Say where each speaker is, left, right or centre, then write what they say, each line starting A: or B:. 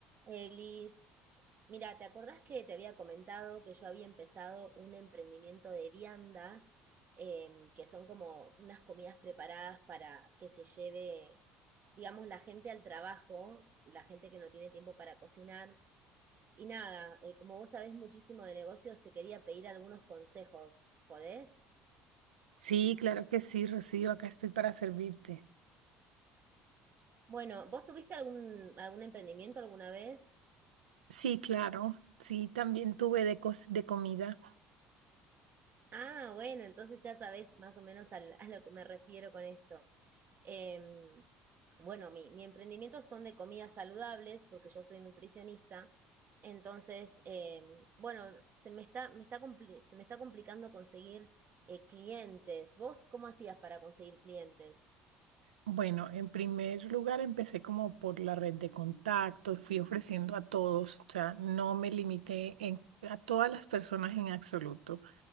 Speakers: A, on the right; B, on the right.
A: Eglis, mira, ¿te acordás que te había comentado que yo había empezado un emprendimiento de viandas, em, que son como unas comidas preparadas para que se lleve, digamos, la gente al trabajo, la gente que no tiene tiempo para cocinar? Y nada, eh, como vos sabés muchísimo de negocios, te quería pedir algunos consejos, ¿podés?
B: Sí, claro que sí, Rocío, acá estoy para servirte.
A: Bueno, ¿vos tuviste algún, algún emprendimiento alguna vez?
B: Sí, claro, sí, también tuve de, cos- de comida.
A: Ah, bueno, entonces ya sabés más o menos al- a lo que me refiero con esto. Em, bueno, mi, mi emprendimiento son de comidas saludables, porque yo soy nutricionista. Entonces, em, bueno, se me está, me está compli- se me está complicando conseguir eh, clientes. ¿Vos cómo hacías para conseguir clientes?
B: Bueno, en primer lugar empecé como por la red de contactos, fui ofreciendo a todos, o sea, no me limité en, a todas las personas en absoluto